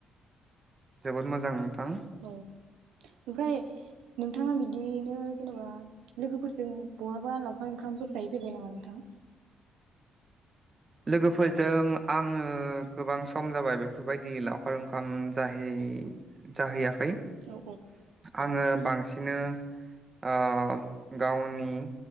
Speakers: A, on the right; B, on the right.
A: जोबोद मोजां। नोंथां
B: औ ओमफ्राय नोंथाङा बिदि नो जेनेबा लोगोफोरजों बहाबा लावखार ओंखामफोर जाहैफेरबाय नामा नोंथां?
A: लोगोफोरजों आङो गोबां सम जाबाय बेफोरबायदि लावखार ओंखाम जाहै जाहैया खै
B: औ
A: आङो बांसि दिनो ओ गावनि